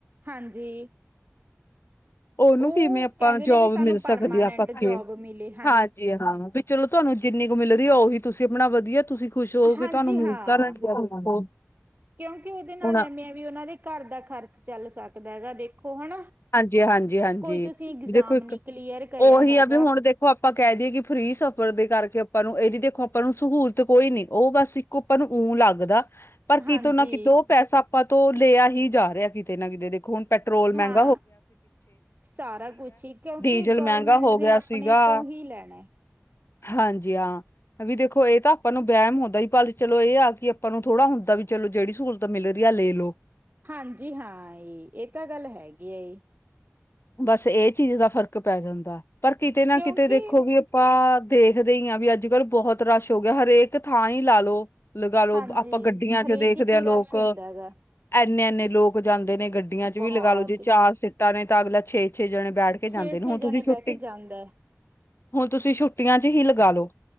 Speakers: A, on the right; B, on the left.
A: ਹਾਂਜੀ।
B: ਔਨੂੰ
A: ਉਹ
B: ਸੀਮੇਂ ਆਪਾਂ
A: ਕਹਿੰਦੇ ਨੇ
B: ਜੋਬ
A: ਵੀ ਸਾਨੂੰ
B: ਮਿਲ ਸਕਦੀ
A: ਪਰਮਾਨੈਂਟ
B: ਆ ਪੱਕੀ,
A: ਜੋਬ ਮਿਲੇ
B: ਹਾਂਜੀ ਹਾਂ ਵੀ ਚਲੋ ਤੁਹਾਨੂੰ ਜਿੰਨੀ ਕੁ ਮਿਲ ਰੀ ਆ ਓਹੀ ਤੁਸੀਂ ਅਪਣਾ ਵਧੀਆ ਤੁਸੀਂ ਖੁਸ਼ ਹੋ
A: ਹਾਂਜੀ
B: ਕੇ ਤੁਹਾਨੂੰ ਮਿਲ
A: ਹਾਂ,
B: ਤਾਂ ਰਹੀ ਆ ਦੇਖੋ
A: ਕਿਓਂਕਿ ਉਦੇ ਨਾਲ
B: ਹੁਣ
A: ਐਂਮੈਂ ਐ ਵੀ ਉਨ੍ਹਾਂ ਦੇ ਘਰ ਦਾ ਖਰਚ ਚੱਲ ਸਕ ਦਾ ਹੈਗਾ ਦੇਖੋ। ਹਨਾ
B: ਹਾਂਜੀ-ਹਾਂਜੀ-ਹਾਂਜੀ,
A: ਕੋਈ ਤੁਸੀਂ ਇਗਜ਼ਾਮ
B: ਬੀ ਦੇਖੋ ਇੱਕ
A: ਨਹੀਂ ਕਲੀਅਰ ਕਰਿਆ
B: ਔਹੀ
A: ਹੈਗਾ
B: ਆ ਵੀ ਹੁਣ ਦੇਖੋ ਆਪਾਂ ਕੇ ਦੀਏ ਕਿ ਫ੍ਰੀ ਸਫ਼ਰ ਦੇ ਕਰਕੇ ਆਪਾਂ ਨੂੰ ਏਦੀ ਦੇਖ ਖੋ ਅਪਾ ਨੂੰ ਸੂਹੂਲਤ ਕੋਈ ਨੀ ਔ ਬਸ ਇੱਕੋ ਆਪਾ ਨੂੰ ਇਕ ਓ ਲੱਗਦਾ। ਪਰ
A: ਹਾਂਜੀ
B: ਕਿਤੋਂ ਨਾ ਕਿਤੋ ਔ ਪੈਸਾ ਆਪਾਂ ਤੋਂ ਲਿਆ ਹੀ ਜਾ ਰਿਹਾ, ਕਿ ਕਿਤੇ ਨਾ ਕਿਦੇ ਦੇਖੋ ਹੁਣ ਪੈਟਰੋਲ ਮੈਂਗ
A: ਆ, ਸਾਰਾ ਕੁਛ ਹੀ ਕਿਓਂਕਿ
B: ਡੀਜ਼ਲ
A: ਗੋਰਮੈਂਟ
B: ਮਹਿੰਗਾ ਹੋ
A: ਨੇ
B: ਗਿਆ
A: ਆਪਣੇ
B: ਸੀਗਾ
A: ਤੋਂ ਹੀ ਲੈਣਾ।
B: ਹਾਂਜੀ ਹਾਂ ਵੀ ਦੇਖੋ ਏਹ ਤਾਂ ਅਪਾਂ ਨੂੰ ਵੈਮ ਹੁੰਦਾ ਹੀ, ਪਰ ਚਲੋ ਇਹ ਆ ਕਿ ਅਪਾਂ ਨੂੰ ਥੋੜ੍ਹਾ ਹੁੰਦਾ ਵੀ ਚਲੋ ਜੇੜੀ ਸਹੂਲਤ ਮਿਲ ਰੀ ਆ ਲੈ ਲੋ।
A: ਹਾਂਜੀ ਹਾਂ ਏ ਏਹ ਤਾਂ ਗੱਲ ਹੈਗੀ ਹੈ ਏ।
B: ਬਸ ਏਹ ਚੀਜ਼ ਦਾ ਫ਼ਰਕ ਪੈ ਜਾਂਦਾ। ਪਰ ਕਿਤੇ ਨਾ
A: ਕਿਉਂਕਿ
B: ਕਿਤੇ ਦੇਖੋ ਵੀ ਆਪਾਂ ਦੇਖਦੇ ਹੀ ਆ ਵੀ ਅੱਜ ਕੱਲ ਬਹੁਤ ਰਸ਼ ਹੋ ਗਿਆ, ਹਰੇਕ ਥਾਂ ਹੀ ਲਾ ਲਓ। ਲਗਾ ਲਓ
A: ਹਾਂਜੀ
B: ਆਪਾਂ ਗੱਡੀਆਂ 'ਚ
A: ਹਰੇਕ
B: ਦੇਖਦੇ
A: ਇਤੀ
B: ਹਾਂ, ਲੋਕ
A: ਰਸ਼ ਹੁੰਦਾ
B: ਏਥ
A: ਹੈਗਾ
B: ਇੰਨੇ-ਇੰਨੇ ਲੋਕ ਜਾਂਦੇ ਨੇ। ਗੱਡੀਆਂ 'ਚ
A: ਬਹੁਤ
B: ਵੀ ਲਗਾ ਲੋ ਜੇ ਚਾਰ ਸੀਟਾਂ ਨੇ। ਤੇ ਅੱਗਲਾ ਛੇ ਛੇ ਜਣੇ ਬੈਠ ਕੇ ਜਾਂਦੇ
A: ਛੇ ਛੇ
B: ਨੇ, ਹੁਣ
A: ਜਣੇ
B: ਤਦੀ ਛੁੱਟੀ
A: ਬਹਿ ਕੇ ਜਾਂਦਾ
B: ਹੁਣ ਤੁਸੀਂ ਛੁੱਟੀਆਂ 'ਚ ਹੀ ਲਗਾ ਲੋ।